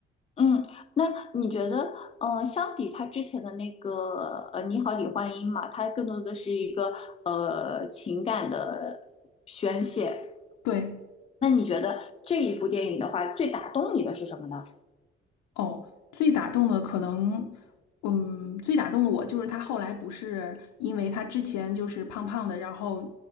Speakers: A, on the left; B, on the left.
A: 嗯，那你觉得，嗯呃，相比他之前的那个呃《你好，李焕英》嘛，它更多的是一个呃情感的宣泄。
B: 对。
A: 那你觉得这一部电影的话，最打动你的是什么呢？
B: 哦，最打动的可能，嗯，最打动的我就是他后来不是因为他之前就是胖胖的，然后